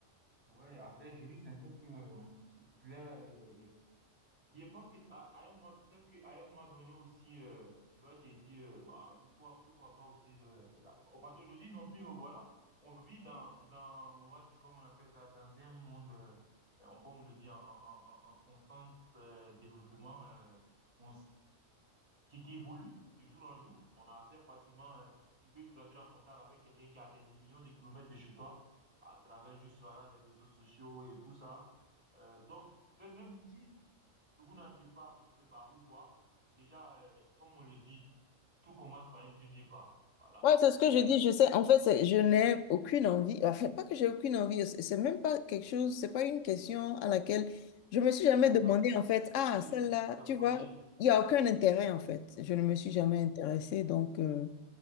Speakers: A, on the right (about 25°); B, on the left (about 75°).
A: Ouais, après, je oui, c'est vrai que euh, tu, tu l'as, euh, Je pense que à, à un moment, peut-être qu'à un moment donné aussi, euh, tu vas te dire, euh, bah, pourquoi, pourquoi pas aussi euh, là. Parce qu'aujourd'hui non plus, euh, voilà, on vit dans, dans, on va dire, comme on appelle ça, dans un monde, euh, on- comme on le dit, en, en, en- en constant euh, développement, euh, on s- qui, qui évolue de jour en jour. On a assez facilement, euh, tu peux rentrer en contact avec quelqu'un qui a des millions de kilomètres de chez toi, à travers juste, voilà, les réseaux sociaux et tout ça. Euh, donc, peut-être même ici vous n'arrivez pas peut-être à vous voir. Déjà, euh, comme on le dit, tout commence par un premier pas. Voilà.
B: Ouais, c'est ce que
A: Mais
B: je dis. Je sais, en fait, c'est- je n'ai aucune envie. Enfin, pas que j'ai aucune envie. C'est c'est même pas quelque chose, c'est pas une question à laquelle je me suis jamais
A: t'as-
B: demandé,
A: t'as-
B: en fait, ah,
A: oui,
B: celle-là,
A: oui, tu t'es
B: tu
A: posé.
B: vois, il n'y a aucun intérêt, en fait. Je ne me suis jamais
A: Hmm.
B: intéressée. Donc, euh,